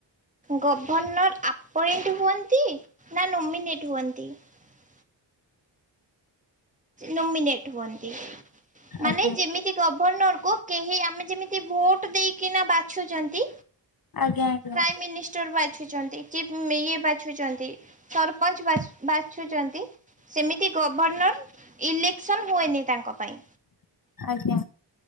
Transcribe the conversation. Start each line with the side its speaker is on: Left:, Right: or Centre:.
Right: ଗଭଣ୍ଣର ଆପ୍ ପଏଣ୍ଟ ହୁଅନ୍ତି ନା ନୋମିନେଟ ହୁଅନ୍ତି? ତି ନୋମିନେଟ, ମାନେ
Left: ଆଜ୍ଞା
Right: ଯେମିତି ଗଭର୍ଣ୍ଣର କୁ କେହି ଆମେ ଯେମତି ଭୋଟ ଦେଇ କିନା ବାଛୁଛନ୍ତି
Left: ଆଜ୍ଞା ଆଜ୍ଞା
Right: ପ୍ରାଇମ ମିନିଷ୍ଟର ଉଛନ୍ତି କି ଇଏ ବା <unintelligible> ସରପଞ୍ଚ ବାଛି ବା ବାଛୁଛନ୍ତି ସେମିତି ଗଭ୍ ଗଭର୍ଣ୍ଣର ଇଲେକ୍ସନ୍ ହୁଏନି ତାଙ୍କ ପାଇଁ।
Left: ଆଜ୍ଞା